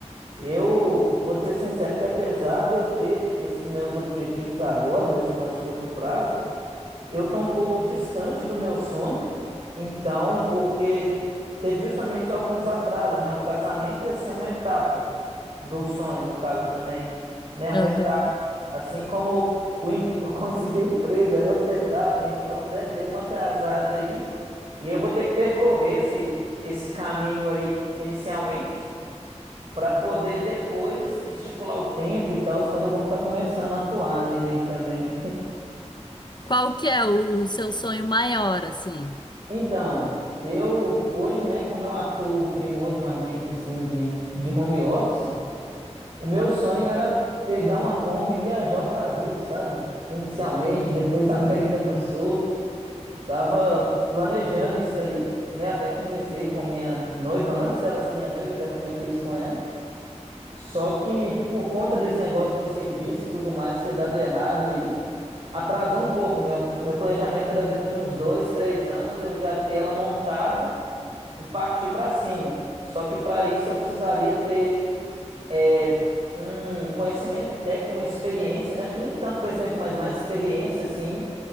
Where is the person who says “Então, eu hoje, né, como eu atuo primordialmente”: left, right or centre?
Right